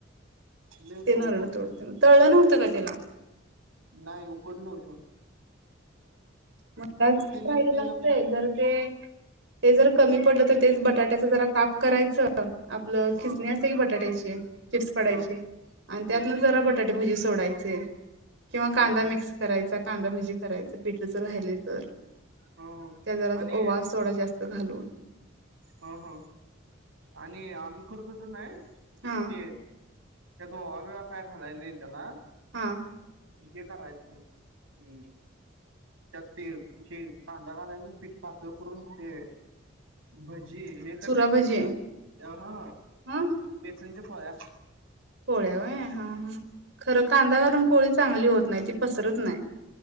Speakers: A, on the right; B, on the right.
A: लय
B: ते
A: खाऊ
B: नरड
A: होते
B: तोडते
A: ते
B: मग तळलं नव्हतं का त्याला
A: नाही उकडल होतो
B: मलाच
A: त्याने
B: राहि
A: दिलेलं
B: लागतय
A: खाल्लं
B: जर ते ते जर कमी पडलं तर तेच बटाट्याच जरा काप करायचं आपलं
A: हा
B: किसणी असते की बटाट्याची चिप्स पडायची
A: हा
B: आणि त्यातन
A: ह
B: जरा बटाटेभजी सोडायच ते किंवा
A: ह
B: कांदा
A: ह
B: मिक्स करायचा कांदा भजी करायच पिठ जर राहिले तर
A: ह ह
B: त्या जरा
A: आणि
B: ओवा थोडा जास्त घालून
A: ह ह आणि आम्ही करतोय नाही
B: हा
A: ते त्यात ओवा बिवा काय घालाय नाही त्यांन
B: हा
A: हे करायचं हम्म त्यात तेे कांदा कांदा पीठ पातळ करून ते भज जी हे करताय
B: चुराभजी
A: किथ ह
B: ह
A: तिजपया
B: पोळ्या व हा हा खरं कांदा घून पोळी चांगली होत नाही त पसरत नाही